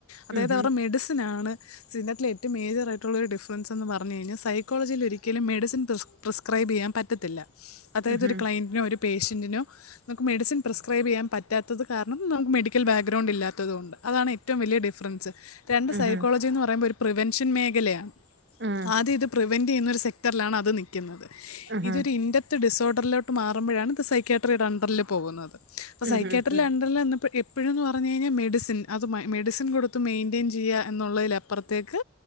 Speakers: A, on the left; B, on the right.
A: അതായത്
B: ഉഹും,
A: അവര് മെഡിസിനാണ് ഇതിന്റത്തിൽ ഏറ്റവും മേജറായിട്ടുള്ള ഒരു ഡിഫ്രൻസ് എന്ന് പറഞ്ഞ് കഴിഞ്ഞാൽ സക്കോളജിയിലൊരിക്കലും മെഡിസിൻ പ്രിസ് പ്രിസ്ക്രൈബ് ചെയ്യാൻ പറ്റത്തില്ല അതായത്
B: ഉഹും,
A: ഒരു ക്ലൈന്റിന് ഒരു പേഷ്യന്റിനോ നമുക്ക് മെഡിസിൻ പ്രിസ്ക്രൈബ് ചെയ്യൻ പറ്റാത്തത് കാരണം നമുക്ക് മെഡിക്കൽ ബാക്ക്ഗ്രൗണ്ട് ഇല്ലാത്ത ത്തതുകൊണ്ട് അതാണ് ഏറ്റവും വലിയ ഡിഫ്രൻസ് രണ്ട്
B: ഉഹും,
A: സൈക്കോളജിന്ന് പറയുമ്പോ ഒരു പ്രിവെൻഷൻ മേഖലയാണ്
B: ഉം,
A: ആദ്യം ഇത് പ്രിവെന്റ് ചെയ്യുന്ന ഒരു സെക്ടറിലാണ് അത് നിൽക്കുന്നത്
B: ഉഹും,
A: ഇതൊരു ഇ ത് ഡിസോർഡറിലോട്ട് മാറുമ്പോഴാണ് ഇത് സൈക്യാട്രീയുടെ അണ്ടറിൽ പോകുന്നത് അ
B: ഉഹും,
A: സൈക്യാട്രീലെ
B: ഉഹും,
A: അണ്ടറിൽ നിന്ന് എപ്പയുന്ന് പറഞ്ഞു കഴിഞ്ഞ മെ മെഡിസിൻ അത് മെഡിസിൻ കൊടുത്ത് മെയ്ന്റെയ്ൻ ചെയ്യ എന്നുള്ളതിലപ്പുറത്തേക്ക് ഡിസ്